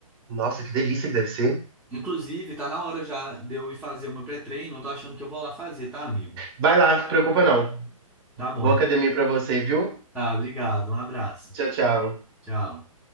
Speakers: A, on the right (about 40°); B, in the centre.
A: Nossa, que delícia que deve ser.
B: Inclusive, tá na hora já de eu ir fazer o meu pré-treino, eu tô achando que eu vou lá fazer, tá, amigo?
A: Vai lá, não se preocupa não.
B: Tá bom,
A: Boa
B: então.
A: academia pra você, viu?
B: Tá, obrigado, um abraço.
A: Tchau, tchau.
B: Tchau.